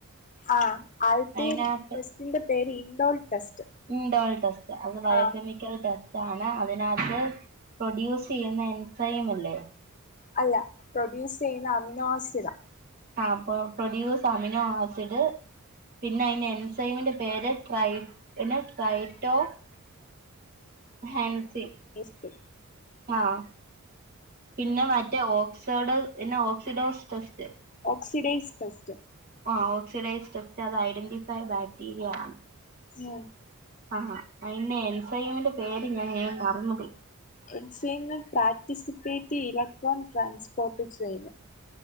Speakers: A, on the left; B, on the right.
A: ആഹ് ആൽത്തേർ
B: അതിനകത്ത്
A: ടെസ്റ്റിന്റെ പേര് ഇൻഡോൾ ടെസ്റ്റ്
B: ഇൻഡോൽ ടെസ്റ്റ് അത് ബയോകെമിക്കൽ
A: ആ
B: ടെസ്റ്റ് ആണ് അതിനകത്ത് പ്രൊഡ്യൂസ് ചെയ്യുന്ന എൻസൈമല്ലേ
A: അല്ല പ്രൊഡ്യൂസ് ചെയ്യുന്ന അമിനൊ ആസിഡ്
B: ആഹ് അപ്പൊ പ്രൊഡ്യൂസ് അമിനോ ആസിഡ് പിന്നെ അയ്ന്റെ എൻസൈമിന്റെ പേര് ട്രൈബ് പിന്നെ ട്രൈറ്റോ ഹൻസി
A: എസ്റ്റ്
B: ആഹ് പിന്നെ മറ്റേ ഓക്സോഡോ പിന്നെ ഓക്സിഡോസ് ടെസ്റ്റ്
A: ഓക്സിഡൈസ് ടസ്റ്റ്
B: ആഹ് ഓക്സിഡൈസ് ഡസ്റ്റ് അത് ഐഡന്റിഫൈ ബാക്ടീരിയ ആണ്
A: ഉം
B: ആഹാ അയ്‌ന്റെ എൻസൈമന്റെ പേര് ഞാൻ മറന്നുപയി
A: enzyme participate electronic transport chain